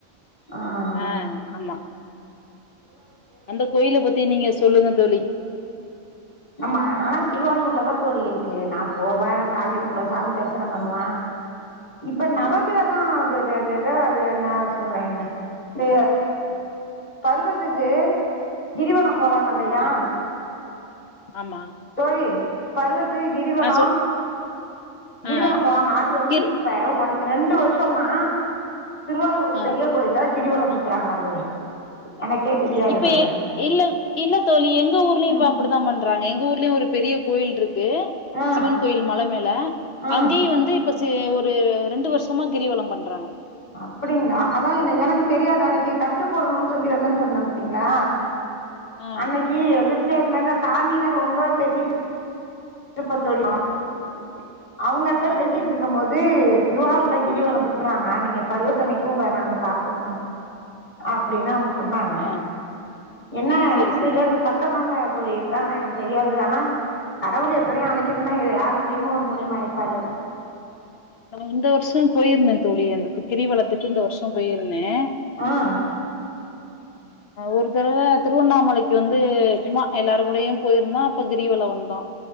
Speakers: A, on the left; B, on the left.
A: ஆஹ்
B: ஆ ஆமா அந்த கோயில பத்தி நீங்க சொல்லுங்க தோழி
A: நம்மா ஆனா திருவாரூர்ல தான் தோழி இருக்கு நான் போவேன் சாமி கும்பிடுவேன் சாமி தரிசனம் பண்ணுவேன் இப்ப நவகிரகம்
B: ஆ
A: அ அ அது ஏதோ அது நான் சொல்றேன் இருங்க இந்த பருவத்துக்கு கிரிவளம் போவாங்கஇல்லையா
B: ம் ஆமா
A: தோழி பருவ இத்து கிரிவலம்
B: ஆ சொல்
A: கிரிவலம்
B: ஆ ஆ
A: போவாங்க அது வந்து
B: கிர்
A: இப்ப ஒன் ரெண்டு வருஷமா திருவாரூர்
B: ஆ
A: பெரிய கோயிலா கிரிவளம் சுத்தறாங்கல்லாம் தோழி எனக்கே தெரியாது
B: இப்ப
A: பாருங்க
B: இல்ல இல்ல தோழி எங்க ஊர்லயும்
A: ம்
B: இப்ப அப்படித்தான் பண்றாங்க எங்க எங்க ஊர்லயும் ஒரு பெரிய கோயில் இருக்கு இரு
A: ஆ
B: சிவன் கோயில் மலை மேல
A: ஆ
B: அங்கேயே வந்து இ ஒரு ரெண்டு வருஷமா கிரிவலம் பண்றாங்க
A: அப்படிங்களா அதான் என்ன எனக்கு தெரியாது அன்னைக்கு கட்டு போடணும்னு சொல்லிவந்தேன்னு சொன்ன பத்தீங்களா
B: ஆ
A: அன்னைக்கு எதிர் சரி அது மாதிரிதான் சாமினா ரொம்ப பேசிட்டு இருப்பத்தோடிமா <unintelligible> அவங்கள்ட்ட
B: ஆ
A: பேசிட்டு
B: ஆ
A: இருக்கும் போது திருவாரூர்ல கிரிவலம் சுத்துறாங்க நீங்க பருவத்தன்னைக்கு உங்களை நாங்க பாக்கணும் அப்படின்னா அவங்க சொன்னாங்க
B: ஆ
A: என்ன எனக்கு
B: செரி செரி
A: தெரியாது பக்க தான் சொல்லி இருக்காங்கன்னா எனக்கு தெரியாது ஆனா கடவுள் எப்படியும் அழைக்கணும்னா யார் மூலியமும் ஒரு மூலியமா அழைப்பாரு
B: நான் இந்த வருஷம் போயிருந்தேன் தோழி அந்த கிரிவலத்துக்கு இந்த வருஷம் போயிருந்தேன்
A: ஆஹ்
B: ஒரு தடவை திருவண்ணாமலைக்கு வந்து சும்மா எல்லாரும் கூடயும் போயிருந்தோம் அப்ப கிரிவலம் வந்தோம்